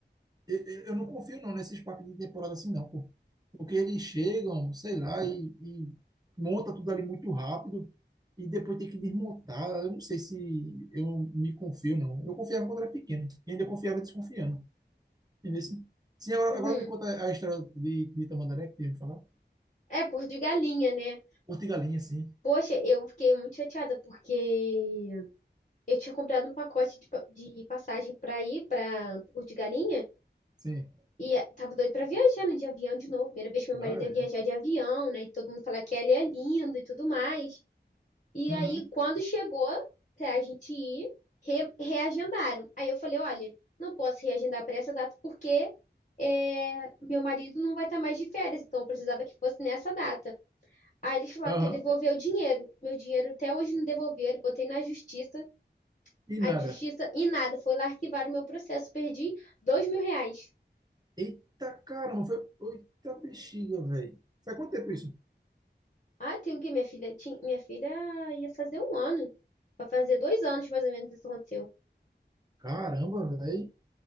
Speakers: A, on the right; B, on the left.
A: eu, eu não confio não nesses parques de temporada assim não, pô. Porque eles chegam, sei lá, e, e monta tudo ali muito rápido e depois tem que desmontar. Eu não sei se eu me confio não. Eu confiava quando era pequeno e ainda confiava desconfiando. Entendeu? Sim, Sim, agora,
B: Uhum.
A: agora me conta a história de, de Tamandaré que tem que falar.
B: É, por de galinha, né?
A: Porto e Galinha, sim.
B: Poxa, eu fiquei muito chateada porque eu tinha comprado um pacote de, pa- de passagem pra ir pra Porto de Galinha
A: Sim.
B: e tava doido pra viajar, né, de avião de novo. Primeira vez que meu
A: Ah,
B: marido ia
A: é.
B: viajar de avião, né? E todo mundo fala que ele é lindo e tudo mais. E
A: Uhum.
B: aí, quando chegou pra gente ir, re- reagendaram. Aí eu falei, olha, não posso reagendar para essa data porque é, meu marido não vai estar mais de férias, então eu precisava que fosse nessa data. Aí eles falaram
A: Aham.
B: que ia devolver o dinheiro. Meu dinheiro até hoje não devolveram, botei na justiça.
A: E
B: A
A: nada.
B: justiça e nada, foi lá arquivar o meu processo, perdi dois mil reais.
A: Eita caramba, foi. Eita bexiga, velho. Faz quanto tempo isso?
B: Ah, tem o que minha filha? Tinha, minha filha ia fazer um ano, vai fazer dois anos mais ou menos isso aconteceu.
A: Caramba, velho.